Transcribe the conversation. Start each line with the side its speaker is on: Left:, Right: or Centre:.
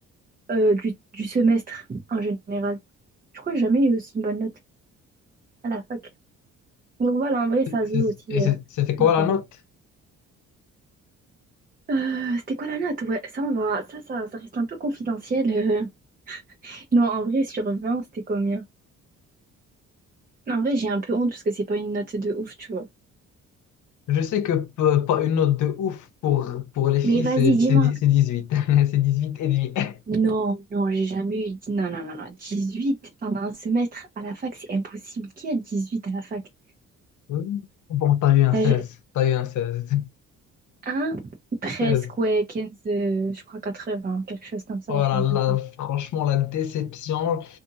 Right: euh, du, du semestre en général. Je crois que j'ai jamais eu aussi une bonne note à la fac. Donc, voilà, en vrai, ça
Left: C'est-
Right: joue
Left: c'est-
Right: aussi
Left: et c'est-
Right: euh,
Left: C'était quoi
Right: ma faveur.
Left: la note?
Right: Euh, c'était quoi la note? Ouais, ça, on va... ça, ça, ça reste un peu confidentiel. euh. Non, en vrai, sur vingt c'était combien? En vrai, j'ai un peu honte parce que c'est pas une note de ouf, tu vois.
Left: Je sais que p- pas une note de ouf pour, pour les filles,
Right: Mais vas-y,
Left: c'est
Right: dis-moi.
Left: c'est dix- c'est 18. <laughs> C'est 18 et demi. <laughs>
Right: Non, non, j'ai jamais eu. dix- Non, non, non, non. huit pendant un semestre à la fac, c'est impossible. Qui a 18 à la fac?
Left: Oui. Bon, t'as eu un
Right: T'as
Left: 16.
Right: ju-
Left: T'as eu un 16.
Right: un? Presque,
Left: 16.
Right: ouais, 15 euh, je crois 80 quelque chose comme ça,
Left: Oh
Right: je
Left: là
Right: me rappelle
Left: là,
Right: pas.
Left: franchement, la déception.